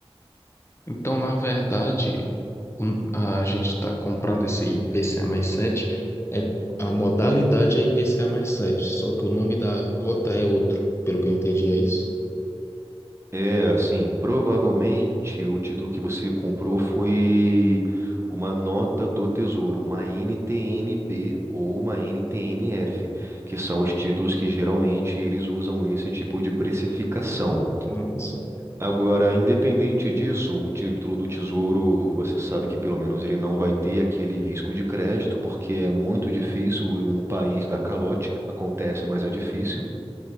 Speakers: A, on the left; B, on the right.
A: Então, na verdade, um- a gente está comprando esse IPCA mais 7. É, a modalidade é IPCA mais 7, só que o nome da cota é outro, pelo que eu entendi, é isso?
B: É, assim, provavelmente o título que você comprou foi uma nota do Tesouro, uma NTN-B ou uma NTN-F, que são os títulos que geralmente eles usam esse tipo de precificação.
A: Nossa.
B: Agora, independente disso, um título do Tesouro, você sabe que pelo menos ele não vai ter aquele risco de crédito, porque é muito difícil um país dar calote, acontece, mas é difícil.